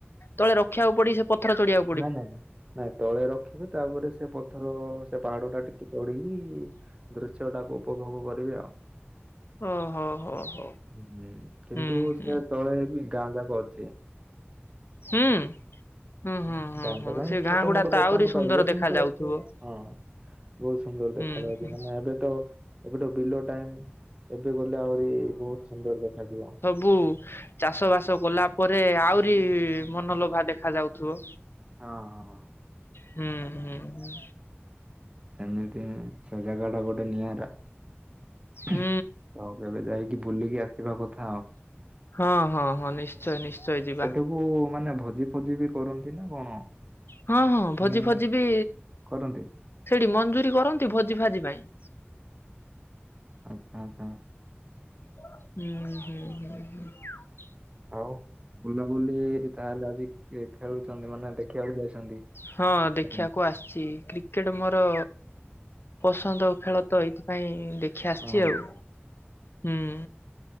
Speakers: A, on the left; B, on the right.
A: ତଳେ ରଖିବାକୁ ପଡିି ସେ ପଥର ଚଢିବା
B: ନା- ନା -ନା। ନାଇଁ ତଳେ ରଖିବେ ତାପରେ ସେ ପଥର ସେ ପାହାଡ ଟା ଟିକେ ଚଢ଼ିକି ଦୃଶ୍ୟଟା କୁ ଉପଭୋଗ କରିବି ଆଉ।
A: ଓହୋ ହୋ ହୋ
B: ହୁଁ- କିନ୍ତୁ
A: ହୁଁ ହୁଁ
B: ସେ ତଳେ ବି ଗାଁ ଯାକ ଅଛି।
A: ହୁଁ -ହଁ -ହଁ।
B: <unintelligible> ପାଇଁ
A: ସେ ଗାଁ
B: ଛୋଟ
A: ଗୁଡା
B: ମୋଟ
A: ତ
B: ଦୋକାନ
A: ଆହୁରି ସୁନ୍ଦର
B: ପାଇବେ
A: ଦେଖା
B: କିନ୍ତୁ
A: ଯାଉଥିବ
B: ଏତେ -ହଁ। ବହୁତ୍ ସୁନ୍ଦର
A: ହୁଁ
B: ଦେଖା ଯାଉଚି
A: ହୁଁ
B: ମାନେ ଏବେ ତ ଏବେ ତ ବିଲ ଟାଇମ୍ ଏବେ ଗଲେ ଆହୁରି ବହୁତ୍ ସୁନ୍ଦର ଦେଖାଯିବ।
A: ବୁ ଚାଷ ବାସ କଲା ପରେ ଆହୁରି ମନଲୋଭା ଦେଖା ଯାଉଥିବ।
B: ହଁ ହଁ
A: ହୁଁ -ହୁଁ।
B: ସେମିତି ହିଁ ସେ ଜାଗାଟା ଗୋଟେ ନିଆରା।
A: ହୁଁ
B: ଆଉ କେବେ ଯାଇକି ବୁଲିକି ଆସିବା କଥା ଆଉ।
A: ହଁ- ହଁ- ହଁ ନିଶ୍ଚୟ -ନିଶ୍ଚୟ ଯିବା।
B: ସେଠାକୁ ମାନେ ଭୋଜି ବି କରନ୍ତି ନା କଣ?
A: ହଁ -ହଁ ଭୋଜି
B: ହୁଁ।
A: ଫୋଜି ବି
B: କରନ୍ତି
A: ସେଠି ମଞ୍ଜୁରୀ କରନ୍ତି ଭୋଜି ଫାଜି ପାଇଁ?
B: ଆଚ୍ଛା -ଆଚ୍ଛା।
A: ହୁଁ- ହୁଁ।
B: ଆଉ ବୁଲାବୁଲି ତାହେଲେ ଆଜି ଖେଳୁଛନ୍ତି ମାନେ ଦେଖିବାକୁ ଯାଇଛନ୍ତି।
A: ହଁ ଦେଖିବାକୁ
B: ହୁଁ।
A: ଆସିଛି। କ୍ରିକେଟ ମୋର ପସନ୍ଦ ଖେଳ ତ ଏଇଥିପାଇଁ ଦେଖ ଦେଖି ଆସିଛି
B: ହଁ
A: ଆଉ ହୁଁ